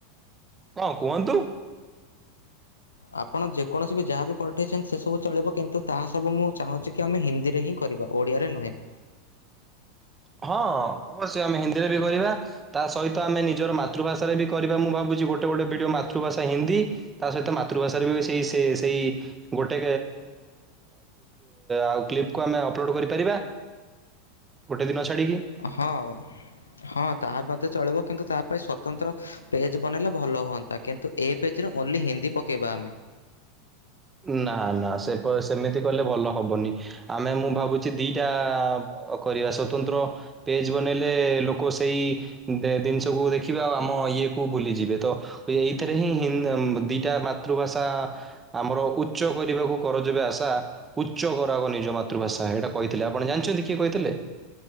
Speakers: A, on the right; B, on the left.
A: କଣ କୁହନ୍ତୁ?
B: ଆପଣ ଯେକୌଣସି ବି ଯାହାବ ବି ପଠେଇଛନ୍ତି ସେ ସବୁ ଚଳିବ କିନ୍ତୁ ତାହା ସବୁ ମୁଁ ଚାହୁଁଛି କି ଆମେ ହିନ୍ଦୀରେ ହିଁ କରିବା। ଓଡ଼ିଆରେ ନୁହେ।
A: ହଁ ଅବଶ୍ୟ ଆମେ ହିନ୍ଦୀରେ ବି କରିବା। ତା ସହିତ ଆମେ ନିଜର ମାତୃଭାଷାରେ ବି କରିବା ମୁଁ ଭାବୁଛି ଗୋଟେ ଗୋଟେ ଭିଡିଓ ମାତୃଭାଷା ହିନ୍ଦୀ। ତା ସହିତ ମାତୃଭାଷାରେ ବି ସେଇ ସେ ସେଇ ଗୋଟେ ଆଉ କ୍ଲିପକୁ ଆମେ ଅପଲୋଡ କରିପାରିବା। ଗୋଟେିନଛାଡ଼ିକି
B: ହଁ ହଁ ତାହା ମଧ୍ୟ ଚଳିବ କିନ୍ତୁ ତା ପାଇଁ ସ୍ୱତନ୍ତ୍ର ପେଜ ବନେଇଲେ ଭଲ ହୁଅନ୍ତା କିନ୍ତୁ ଏ ପେଜରେ ଓନ୍ଲି ହିନ୍ଦୀ ପକେଇବା ଆମେ।
A: ନା ନା ସେ ସେମିତି କଲେ ଭଲ ହବନି। ଆମେ ମୁଁ ଭାବୁଛି ଦିଟା କରିବା ସଵତନ୍ତ୍ର ପେଜ ବନେଇଲେ ଲୋକ ସେଇ ଜିନିଷକୁୁ ଦେଖିବେ ଆଉ ଆମ ଇଏ କୁ ବୁଲିଯିବେ। ତ ଏଇଥିରେ ହିଁ ହି ଦିଟା ମାତୃଭାଷା ଆମର ଉଚ୍ଚ କରିବାକୁ କରଜବେ ଆଶା ଉଚ୍ଚ କରାଗ ନିଜ ମାତୃଭାଷା। ଏଇଟା କହିଥିଲେ ଆପଣ ଜାଣି କିଏ କହିଥିଲେ।